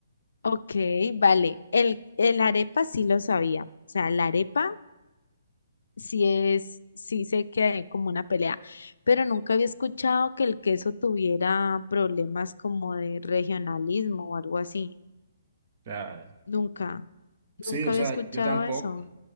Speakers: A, on the left; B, on the right.
A: Ok, vale. El, el arepa sí lo sabía. O sea, la arepa sí es, sí sé que hay como una pelea, pero nunca había escuchado que el queso tuviera problemas como de regionalismo o algo así.
B: sea,
A: Nunca,
B: sí,
A: nunca
B: o
A: había
B: sea,
A: escuchado
B: yo tampoco,
A: eso.